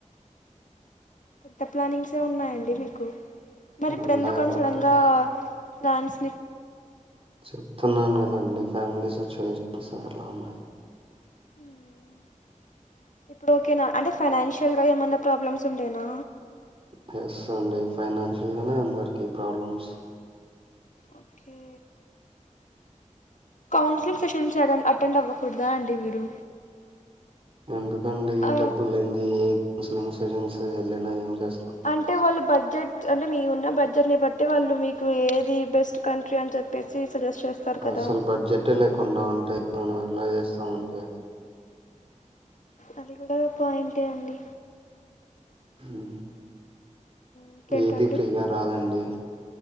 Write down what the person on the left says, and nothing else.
పెద్ద ప్లానింగ్సే ఉన్నాయండి మీకు మరి ఇప్పుడు
ఎందుకు అని
సడంగా లాన్స్
హహ ఇప్పుడు ఓకేనా అంటే ఫైనాన్షియల్ గా ఏమన్నా ప్రాబ్లమ్స్ ఉండేనా
okay counselling sessions uh attend అవ్వకూడదా అండి మీరు
ఆ
అంటే వాళ్ళు బడ్జెట్ అంటే మీ ఉన్న బడ్జెట్ ని బట్టి వాళ్ళు మీకు ఏది బెస్ట్ కంట్రీ అని చెప్పేసి సజెస్ట్ చేస్తారు కదా
అది కూడా పాయింటే అండి
ఇంకేంటండి